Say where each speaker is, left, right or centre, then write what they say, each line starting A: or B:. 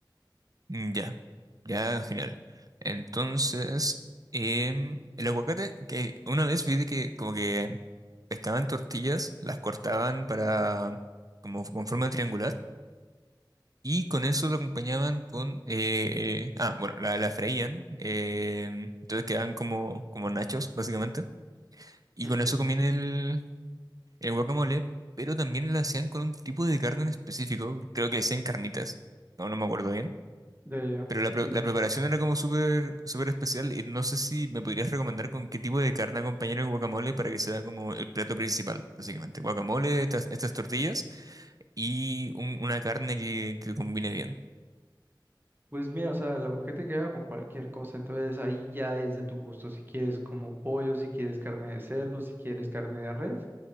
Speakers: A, on the right; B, on the right.
A: Mm, Ya, ya, genial. Entonces, em, el aguacate, que una vez vi de que como que pescaban tortillas, las cortaban para como con forma triangular Y con eso lo acompañaban con... eh, eh, ah, bueno, la, la freían. eh, entonces quedaban como, como nachos, básicamente. Y
B: Ujú.
A: con eso comían el, el guacamole, pero también lo hacían con un tipo de carne en específico. Creo que le hacían carnitas. No, no me acuerdo bien.
B: Ya, ya, ya.
A: Pero la, pre-
B: Sí,
A: la
B: sí.
A: preparación era como súper súper especial y no sé si me podrías recomendar con qué tipo de carne acompañar el guacamole para que sea como el plato principal, básicamente. Guacamole, estas, estas tortillas y un- una carne que, que combine bien.
B: Pues mira, o sea, la gente queda con cualquier cosa, entonces ahí ya es de tu gusto, si quieres como pollo, si quieres carne de cerdo, si quieres carne de res,